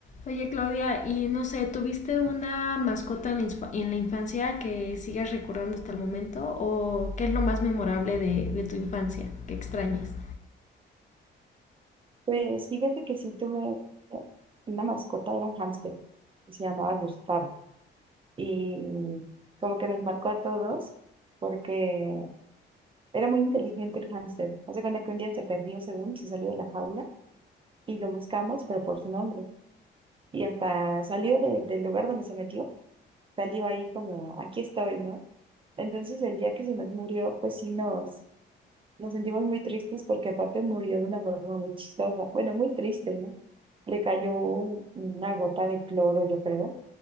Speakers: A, on the left; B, on the right.
A: Oye Claudia, y no sé, ¿tuviste una mascota en la, insfa- en la infancia que sigas recordando hasta el momento? ¿O qué es lo más memorable de, de tu infancia que extrañas?
B: Pues fíjate que sí tuve una mascota, era hámster, que se llamaba Gustavo. Y como que nos marcó a todos porque era muy inteligente el hámster. Hace cuenta que un día se perdió según se salió de la jaula y lo buscamos, pero por su nombre. Y hasta salió de- del lugar donde se metió, salió ahí como, aquí estoy, ¿no? Entonces el día que se nos murió, pues sí nos, Nos sentimos muy tristes porque aparte murió de una forma muy chistosa. Bueno, muy triste, ¿no? Le cayó un- una gota de cloro, yo creo,